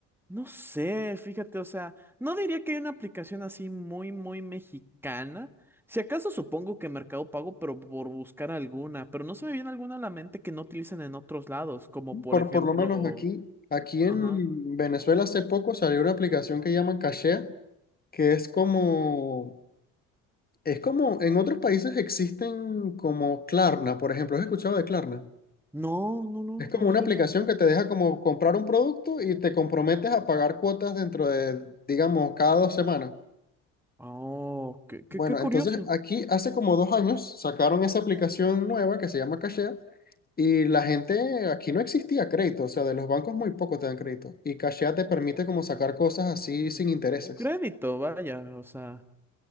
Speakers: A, in the centre; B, on the left.
A: No sé, fíjate, o sea, no diría que hay una aplicación así muy, muy mexicana. Si acaso supongo que Mercado Pago, pero por buscar alguna, pero no se me viene alguna a la mente que no utilicen en otros lados, como por
B: Por,
A: ejemplo,
B: por lo menos aquí, aquí en
A: ajá.
B: Venezuela hace poco salió una aplicación que llaman Cachea, que es como, es como, en otros países existen como Klarna, por ejemplo, ¿has escuchado de Klarna?
A: No, no, no,
B: Es como
A: no me
B: una
A: suena.
B: aplicación que te deja como comprar un producto y te comprometes a pagar cuotas dentro de, digamos, cada dos semanas.
A: Oh, qué, qué,
B: Bueno,
A: qué curioso.
B: entonces aquí hace como dos años sacaron esa aplicación nueva que se llama Cashea y la gente, aquí no existía crédito, o sea, de los bancos muy poco te dan crédito y Cashea te permite como sacar cosas así sin
A: Un
B: intereses.
A: un crédito, vaya, o sea,